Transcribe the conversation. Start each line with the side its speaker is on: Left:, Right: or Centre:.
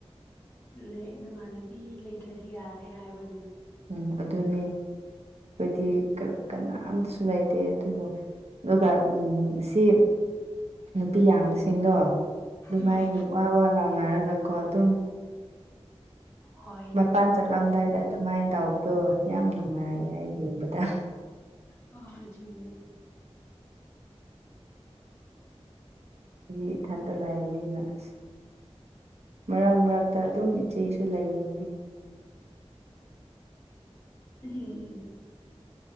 Left: ꯂꯩ ꯅꯃꯥꯟꯅꯕꯤ ꯂꯩꯇ꯭ꯔꯁꯨ ꯌꯥꯔꯦ ꯍꯥꯏꯕꯗꯨꯗ
Right: ꯎꯝ ꯑꯗꯨꯅꯦ ꯑꯈꯣꯏꯗꯤ ꯀꯅꯥꯝꯇꯁꯨ ꯂꯩꯇꯦ ꯑꯗꯨꯕꯨ ꯑꯗꯨꯒ ꯎꯝ ꯁꯤ ꯅꯨꯄꯤ ꯌꯥꯝꯕꯁꯤꯡꯗꯣ ꯑꯗꯨꯃꯥꯏꯅ
Left: ꯎꯝ
Right: ꯋꯥ ꯋꯥ ꯂꯥꯅꯔꯒꯀꯣ ꯑꯗꯨꯝ
Left: ꯍꯣꯏ
Right: ꯃꯄꯥꯟ ꯆꯠꯂꯝꯗꯥꯏꯗ ꯑꯗꯨꯃꯥꯏꯅ ꯇꯧꯕꯗꯣ ꯌꯥꯝ ꯅꯨꯡꯉꯥꯏꯌꯦ ꯑꯩ ꯌꯦꯡꯕꯗ
Left: ꯍ ꯍꯖꯃꯦ ꯎꯝ
Right: ꯎꯝ ꯏꯊꯟꯇ ꯂꯥꯏꯔꯕꯕꯅꯤꯅ ꯑꯁ ꯃꯔꯛ ꯃꯔꯛꯇ ꯑꯗꯨꯝ ꯏꯆꯦꯁꯨ ꯂꯩꯅꯤꯡꯉꯤ
Left: ꯍꯝ